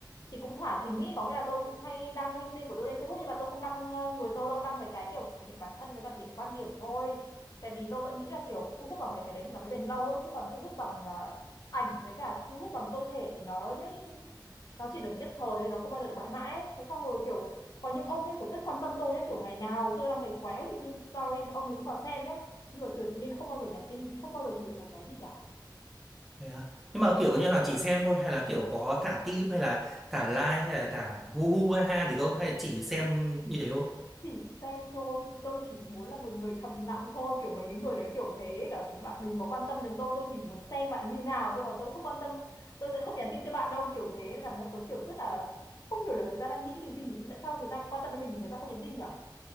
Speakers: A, on the left; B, in the centre.
A: thì cũng thả thính ý có nghĩa là tôi cũng hay đăng linh tinh của tôi lên Facebook nhưng mà tôi không đăng ờ, người tôi đâu đăng mấy cái kiểu thể hiện bản thân với cả thể hiện quan điểm thôi tại vì tôi vẫn nghĩ là kiểu thu hút bằng mấy cái đấy thì nó mới bền lâu ấy chứ còn thu hút bằng ờ, ảnh với cả thu hút bằng cơ thể thì nó nó chỉ được nhất thời thôi nó không bao giờ được mãi mãi thế xong rồi kiểu có những ông nhá kiểu rất quan tâm tôi nhá kiểu ngày nào tôi đang thấy khóe thì trên story ông mình cũng vào xem nhá nhưng mà tuyệt nhiên không bao giờ nhắn tin không bao giờ chụp được một cái gì cả
B: thế á? nhưng mà kiểu như là chỉ xem thôi hay là kiểu có thả tim hay là thả like hay là thả hu hu ha ha gì không hay là chỉ xem như thế thôi
A: chỉ xem thôi chỉ, tôi chỉ muốn là một người thầm lặng thôi kiểu mấy cái người đấy kiểu thế cả bạn đừng có quan tâm đến tôi tôi chỉ muốn xem bạn như nào tôi còn tôi không quan tâm tôi sẽ không nhắn tin cho bạn đâu kiểu thế Nên là tôi kiểu rất là không hiểu là người ta đang nghĩ cái gì tại sao người ta quan tâm đến mình mà người ta không nhắn tin nhở